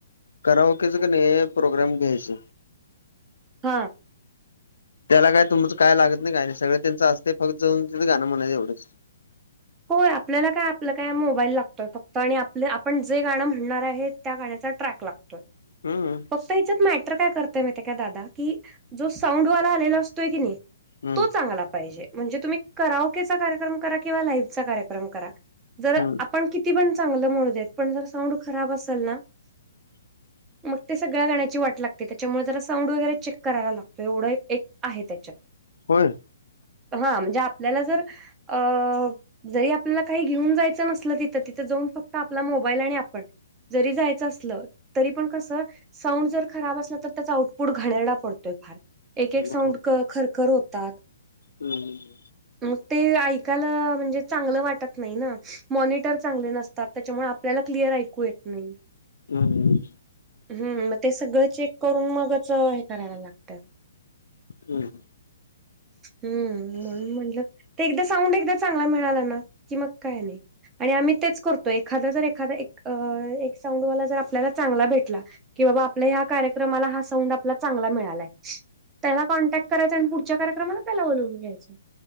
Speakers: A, on the left (about 70°); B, on the right (about 20°).
A: करावकीच कणी प्रोग्राम घ्यायच.
B: हा.
A: <inaudible> त्याला काय तुमचं काय लागत नाही गाय सगळे त्यांं असते फक्त जाऊनं गां म्हणायच एवढंच.
B: होय आपल्याला काय आपलं काय मोबाईल लागतोय फक्त आणि आपले आपण जे गाणं म्हणणार आहे त्या गाण्याचा ट्रॅक लागतो. <inaudible>
A: हम्म.
B: फक्त ह्याच्यात मात्र काय करतय मा काय दादा की जो साऊंडवाला आलेला असतोय की नाही
A: हम्म
B: तो चांगला पाहिजे म्हणजे तुम्ही कराओकेचा कार्यक्रम करा किंवा लाईव्हचा कार्यक्रम करा. जर
A: हम्म
B: आपण किती पण चांगलं म्हणू देत पण जर साऊंड खराब असेल ना.
A: <inaudible>
B: मग ते सगळ्या गाण्याची वाट लागते त्याच्यामुळे जरा साऊंड वगैरे चेक करायला लागतो एवढं एक आहे त्याच्यात.
A: होय.
B: हा म्हणजे आपल्याला जर अ जरी आपल्याला काही घेऊन जायचं नसलं तिथं तिथं जाऊन फक्त आपला मोबाईल आणि आपण. जरी जायचं असलं तरी पण कसं साऊंड जर खराब असला तर त्याचा आउटपुट घाणेड्रा पडतोय फार. एक एक
A: हम्म
B: साऊंड खरखर होतात.
A: हम्.
B: मग ते ऐकायला म्हणजे चांगल वाटत नाही ना मॉनटर चांगले नसतात त्याच्यामुळे आपल्याला क्लिअर ऐकू येत नाही.
A: हम् हम.
B: हम्म मग ते सगळं चेक करून मगच हे करायला लागत.
A: हम् ह.
B: हम् म्हणून म्हटलं ते एकदा साऊंड एकदा चांगला मिळाला कि मग काय नाही. आणि आम्ही तेच करतो एखादा जर एखादा एक एक साउंडवाला जर आपल्याला चांगला भेटला. कि बाबा आपल्या ह्या कार्यक्रमाला हा साऊंड आपला चांगला मिळालाय. त्याला कॉन्टॅक्ट करायचं आणि पुढच्या कार्यक्रमाला त्याला बलावून घ्यायचं.